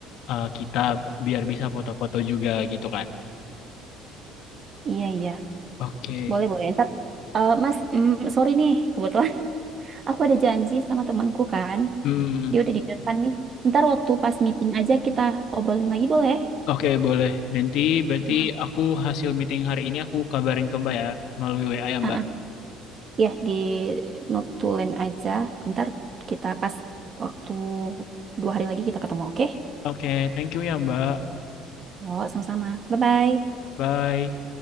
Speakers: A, on the left; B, on the right.
A: eh, kita biar bisa foto-foto juga gitu kan.
B: Iya, iya.
A: Oke.
B: Boleh, boleh. Ntar. eh, mas, mm, sorry nih. Kebetulan Aku ada janji sama temanku kan.
A: Hmm.
B: Dia udah di depan nih. Ntar waktu pas meeting aja kita obrolin lagi boleh?
A: Oke, boleh. Nanti berarti
B: Heeh.
A: aku hasil meeting hari ini aku kabarin ke Mbak ya melalui WA ya,
B: Ah,
A: Mbak.
B: ah. Ya, di notulen aja. Ntar kita pas waktu dua hari lagi kita ketemu, oke?
A: Oke, thank you ya, Mbak.
B: Oh, sama-sama. Bye-bye.
A: Bye.